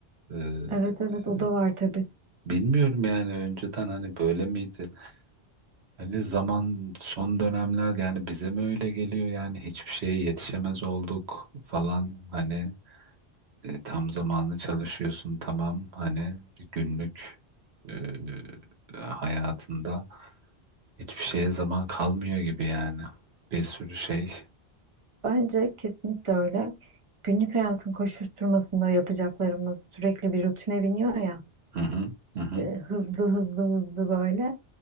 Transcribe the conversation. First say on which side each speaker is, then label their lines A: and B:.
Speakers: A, on the right; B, on the right.
A: Ee,
B: Evet evet
A: e,
B: o da var tabii.
A: bilmiyorum yani önceden hani böyle miydi? Hani zaman son dönemler yani bize mi öyle geliyor yani hiçbir şeye yetişemez olduk falan hani e, tam zamanlı çalışıyorsun tamam hani bir günlük e, hayatında hiçbir şeye zaman kalmıyor gibi yani bir sürü şey.
B: Bence kesinlikle öyle. Günlük hayatın koşuşturmasında yapacaklarımız sürekli bir rutine biniyor ya.
A: Hı hı hı hı.
B: E, hızlı hızlı hızlı böyle.